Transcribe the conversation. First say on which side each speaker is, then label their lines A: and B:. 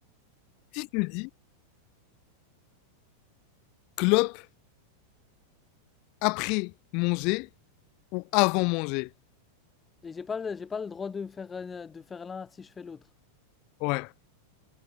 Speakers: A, on the left (about 45°); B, on the left (about 15°).
A: si je te dis clope après manger ou avant manger.
B: Et j'ai pas, le- j'ai pas le droit de faire, un- de faire l'un si je fais l'autre.
A: Ouais.